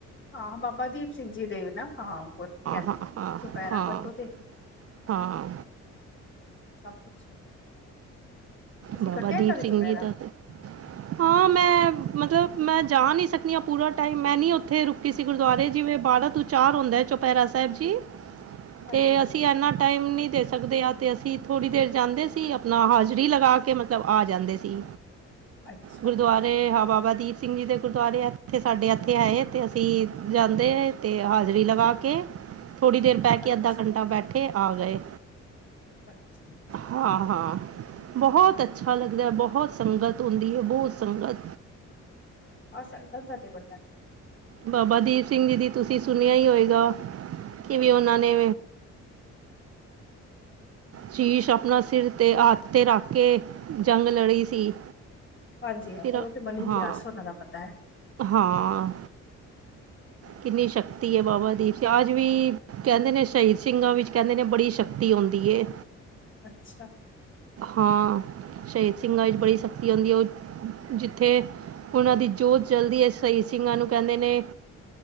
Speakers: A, on the left; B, on the right.
A: ਹਾਂ ਬਾਬਾ ਦੀਪ ਸਿੰਘ ਜੀ ਦੇ ਨਾ ਹਾਂ ਬ ਕਹਿੰਦੇ
B: ਹਾਂ
A: ਨੇ
B: ਹਾਂ
A: ਚੁਪਹਿਰਾ
B: ਹਾਂ
A: ਕੱਟੋ ਤੇ
B: ਹਾਂ
A: ਸਭ ਕੁਛ ਤੁਸੀਂ
B: ਬਾਬਾ
A: ਕੱਟਿਆ
B: ਦੀਪ
A: ਕਦੇ
B: ਸਿੰਘ
A: ਚੋਪਹਿਰਾ
B: ਜੀ ਦਾ ਤੇ ਹਾਂ ਮੈਂ ਮਤਲਬ ਮੈਂ ਜਾ ਨਹੀਂ ਸਕਦੀ ਹ ਪੂਰਾ ਟਾਈਮ ਮੈਂ ਨ ਉੱਥੇ ਰੁਕ ਕਿਸੇ ਗੁਰਦੁਆਰੇ ਜਿਵੇਂ ਬਾਰਾਂ ਤੋਂ ਚਾਰ ਹੁੰਦਾ ਚੌਪਹਿਰਾ ਸਾਹਿਬ ਜੀ
A: ਹਾਂਜੀ
B: ਤੇ ਅਸੀਂ ਇਨਾ ਟਾਈਮ ਨਹੀਂ ਦੇ ਸਕਦੇ ਆ ਤੇ ਅਸੀਂ ਥੋੜ੍ਹੀ ਦੇਰ ਜਾਂਦੇ ਸੀ ਆਪਣਾ ਹਾਜ਼ਰੀ ਲਗਾ ਕੇ ਕੇ ਮਤਲਬ ਆ ਜਾਂਦੇ ਸੀ
A: ਅੱਛਾ
B: ਗੁਰਦੁਆ ਤੇ ਹਾਂ ਬਾਬਾ ਦੀਪ ਸਿੰਘ ਜੀ ਦੇ ਗੁਰਦੁਆਰੇ ਆ ਐਥੇ ਸਾਡੇ ਐਥੇ ਹੈ ਤੇ ਅਸੀਂ ਜਾਂਦੇ ਰਹੇ। ਤੇ ਹਾਜ਼ਰੀ ਲਗਾ ਕੇ ਥੋੜ੍ਹੀ ਦੇਰ ਬੈ ਕੇ
A: ਅੱਛਾ।
B: ਅੱਧਾ ਘੰਟਾ ਬੈਠੇ ਆ ਗਏ।
A: ਅੱਛਾ
B: ਹਾਂ-ਹਾਂ ਬਹੁਤ ਅੱਛਾ ਲੱਗਦਾ ਬਹੁਤ ਸੰਗਤ ਹੁੰਦੀ ਹੈ ਬਹੁਤ ਸੰਗਤ
A: ਅ ਸੰਡੇ ਤਕ ਏ ਬਨਣਾ
B: ਬਾਬਾ ਦੀਪ ਸਿੰਘ ਜੀ ਦੀ ਤੁਸੀਂ ਸੁਣਿਆ ਹੀ ਹੋਏਗਾ ਕਿਵੇਂ ਉਹਨਾਂ ਨੇ ਸ਼ੀਸ਼ ਆਪਣਾ ਸਿਰ ਤੇ ਹੱਥ ਤੇ ਰੱਖ ਕੇ ਜੰਗ ਲੜੀ ਸੀ।
A: ਹਾਂਜੀ-ਹਾਂਜੀ
B: ਫਿਰ
A: ਉਹ ਤੇ ਮਨੀ
B: ਹਾਂ
A: ਗਆਸ ਉਹਨਾਂ ਦਾ ਪਤਾ ਹੈ।
B: ਹਾਂ ਕਿੰਨੀ ਸ਼ਕਤੀ ਹੈ ਬਾਬਾ ਦੀਪ ਸੀ ਅੱਜ ਵੀ ਕਹਿੰਦੇ ਨੇ ਸ਼ਹੀਦ ਸਿੰਘਾਂ ਵਿੱਚ ਕਹਿੰਦੇ ਨੇ ਬੜੀ ਸ਼ਕਤੀ ਆਉਂਦੀ ਏ।
A: ਅੱਛਾ।
B: ਹਾਂ ਸ਼ਹੀਦ ਸਿੰਘਾਂ ਵਿੱਚ ਬੜੀ ਸ਼ਕਤੀ ਆਉਂਦੀ ਹੈ ਉਹ ਜਿੱਥੇ ਉਹਨਾਂ ਦੀ ਜੋਤ ਜਲਦੀ ਹੈ ਸਹੀ ਸਿੰਘਾਂ ਨੂੰ ਕਹਿੰਦੇ ਨੇ